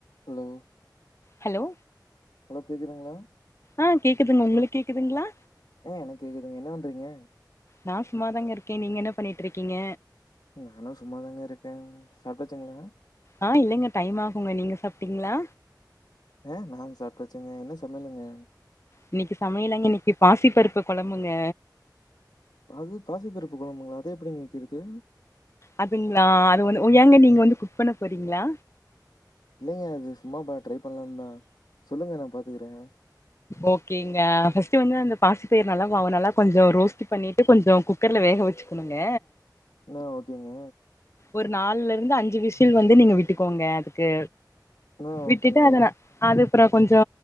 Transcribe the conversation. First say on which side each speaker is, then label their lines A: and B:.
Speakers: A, on the left; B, on the left.
A: Hello?
B: Hello?
A: Hello கேக்குதுங்ளா?
B: ஆ கேக்குதுங்க உங்குளுக் கேக்குதுங்ளா?
A: அ எனக் கேக்குதுங்க என்ன வண்றீங்க?
B: நா சும்மாதாங்க இருக்கே நீங்க என்ன பண்ணிட்ருக்கீங்க?
A: நானு சும்மா தாங்க இருக்கேம் சாப்ட்டாச்சுங்களா?
B: ஆ இல்லங்க டைம் ஆகுங்க நீங்க சாப்ட்டிங்ளா?
A: ஆ நாங் சாப்ட்டாச்சுங்க என்ன சமையலுங்க?
B: இன்னிக்கு சமையலாங்க இன்னிக்கி பாசி பருப்பு கொழம்புங்க.
A: அது பாசிப்பருப்பு கொழம்புங்ளா அத எப்டிங்க வெக்கிறது?
B: அதுங்ளா அது வந்து உ ஏங்க நீங்க வந்து குக் பண்ண போறீங்ளா?
A: இல்லைங்க அது சும்மா ப ட்ரை பண்லான் தா சொல்லுங்க நா பாத்துக்குறே.
B: ஓகேங்க ஃபஸ்ட்டு வந்து அந்த பாசி பயிர் நல்லா வா நல்லா கொஞ்சோ ரோஸ்ட்டு பண்ணி ட்டு கொஞ்சோ குக்கர்ல வேக வெச்சுகுணுங்க.
A: ன்னா ஓகேங்க.
B: ஒரு நால்ல இருந்து அஞ்சு விசில் வந்து நீங்க விட்டுக்கோங்க அதுக்கு
A: ஆ
B: விட்டுட்டு
A: ஓகேங்க
B: அத ந அது அப்புற கொஞ்சோ